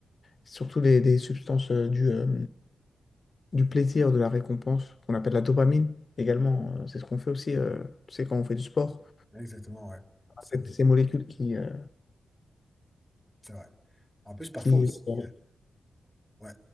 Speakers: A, on the left; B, in the centre.
A: surtout des, des substances euh, du, euh, du plaisir, de la récompense, qu'on appelle la dopamine également. Euh, c'est ce qu'on fait aussi, euh, tu sais, quand on fait du sport,
B: exactement, ouais. Ça
A: C'est- ces molécules qui, euh,
B: C'est vrai. En plus, parfois
A: qui-
B: aussi,
A: qui-
B: euh, Ouais.